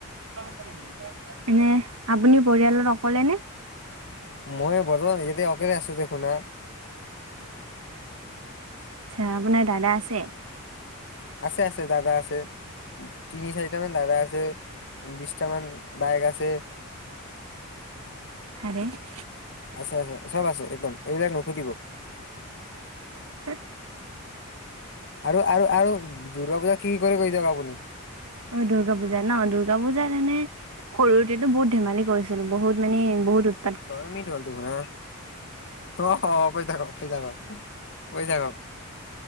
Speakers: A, on the right; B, on the left.
A: এনে আপুনি পৰিয়ালৰ অকলে নে
B: মই বৰ্তমান ইয়াতে অকলে আছো দেখো না
A: আচ্ছা আপোনাৰ দাদা আছে
B: আছে আছে দাদা আছে তিনি চাৰিটামান দাদা আছে বিশছটা মান বাইক আছে
A: আৰে
B: আছে আছে চব আছে একদম এইবিলাক নুখুজিব
A: হ
B: আৰু আৰু আৰু দুৰ্গা পূজা কি কৰি কৰি দিয়ক আপুনি
A: অ দুৰ্গা পূজা ন দুৰ্গা পূজাত এনে সৰু তেতো বহুত ধেমালি কৰিছিলো বহুত মানে বহুত উ
B: ছয় মিনিট হ'ল দেখোন অ পই থ কক ফি থা কক শুই থাকক